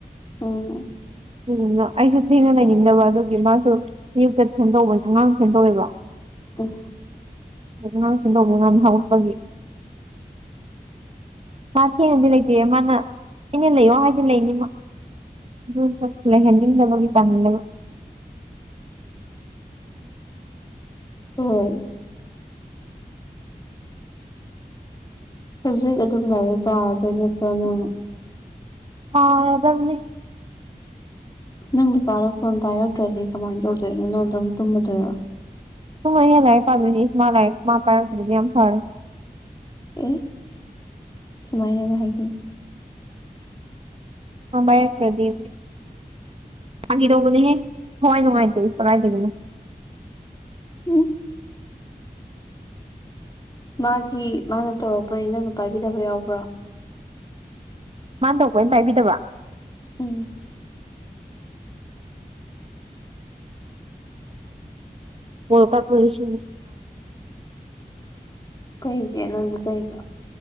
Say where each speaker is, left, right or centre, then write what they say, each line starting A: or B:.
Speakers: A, on the left; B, on the right.
A: ꯑꯣ
B: ꯑꯗꯨ ꯑꯩꯁꯨ ꯊꯦꯡꯅ ꯂꯩꯅꯤꯡꯗꯕ ꯑꯗꯨꯒꯤ ꯃꯥꯁꯨ ꯑꯌꯨꯛꯇ ꯁ ꯇꯧꯕꯅꯦ ꯑꯉꯥꯡ ꯁꯦꯝꯗꯣꯛꯑꯦꯕ
A: ꯎꯝ
B: ꯑꯗꯨ ꯉꯥꯡ ꯁꯦꯝꯗꯣꯛꯅꯦ ꯉꯥꯡ ꯊ ꯎꯠꯄꯒꯤ ꯃꯥ ꯊꯦꯡꯅꯗꯤ ꯂꯩꯇꯦꯌꯦ ꯃꯥꯅ ꯑꯩꯅ ꯂꯩꯌꯣ ꯍꯥꯏꯗꯤ ꯂꯩꯅꯤꯃ ꯑꯗꯨꯁꯨ ꯊꯂꯦꯍꯦꯟꯅꯤꯡꯗꯕꯒꯤ ꯇꯥꯡꯃꯤꯅꯦꯕ
A: ꯍꯣꯏꯣꯏ ꯍꯧꯖꯤꯛ ꯑꯗꯨꯝ ꯂꯥꯏꯔꯤꯛ ꯄꯥꯔꯗꯣꯏ ꯅꯠꯇ꯭ꯔꯅ
B: ꯑꯅꯤ
A: ꯅꯪ ꯅꯨꯄꯥꯗꯣ ꯐꯣꯟ ꯄꯥꯏꯔꯛꯇ꯭ꯔꯗꯤ ꯀꯃꯥꯏꯅ ꯇꯧꯗꯣꯏꯅꯣꯅꯪ ꯑꯗꯨꯝ ꯇꯨꯝꯃꯗꯣꯏꯔꯣ
B: ꯨ ꯃ ꯍꯦ ꯂꯥꯏ ꯄꯃꯤꯅꯤ ꯃꯥ ꯂꯥꯏ ꯃꯥ ꯄꯥꯏꯒꯝ ꯐꯔ
A: ꯑꯦ ꯁꯨꯃꯥꯏꯅꯅ ꯍꯥꯏꯗꯤ
B: ꯕꯔꯛꯇ꯭ꯔꯗꯤ ꯐꯪꯈꯤꯗꯧꯕꯅꯦꯍꯦ ꯊꯋꯥꯏ ꯅꯨꯡꯉꯥꯏꯇꯦ ꯏꯁ ꯀꯗꯥꯏꯗꯒꯤꯅꯣ
A: ꯎꯝ ꯃꯥꯒꯤ ꯃꯥꯅ ꯇꯧꯔꯛꯄꯗꯤ ꯅꯪꯅ ꯄꯥꯏꯕꯤꯗꯕ ꯌꯥꯎꯕ꯭ꯔꯥ
B: ꯃꯥꯥꯟ ꯇꯧꯕ ꯑꯣꯏꯅ ꯄꯥꯏꯕꯤꯗꯕ
A: ꯎꯝ
B: ꯄꯣ ꯄꯨꯔꯁꯤ
A: ꯀꯩꯒꯤ ꯅꯪꯒ ꯀꯩꯒ